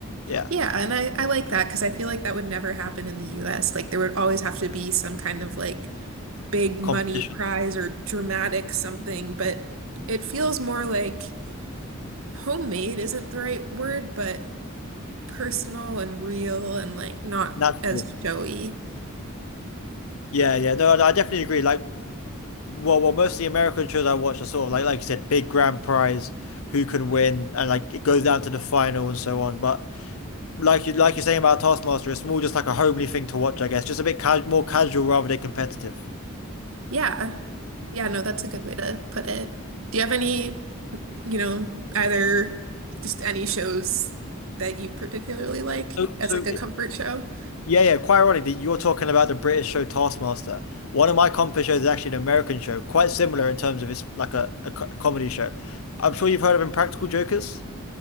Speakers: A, on the left; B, on the right.
A: Yeah,
B: Yeah. And I, I like that because I feel like that would never happen in the US. Like there would always have to be some kind of like, big money
A: competition,
B: prize or dramatic something, but it feels more like homemade isn't the right word, but personal and real and like not
A: natural.
B: as showy.
A: Yeah, yeah. No, I definitely agree. Like, well, well, most of the American shows I watch are sort of like, like you said, big grand prize, who can win, and like it goes down to the final and so on. But like you like you're saying about Taskmaster, it's more just like a homely thing to watch, I guess. Just a bit ca more casual rather than competitive.
B: Yeah. Yeah, no, that's a good way to put it. Do you have any, you know, either just any shows that you particularly like
A: So,
B: as
A: so
B: like a comfort show?
A: Yeah, yeah, quite ironic that you're talking about the British show Taskmaster. One of my comedy shows is actually an American show, quite similar in terms of it's like a, a co- comedy show. I'm sure you've heard of Impractical Jokers.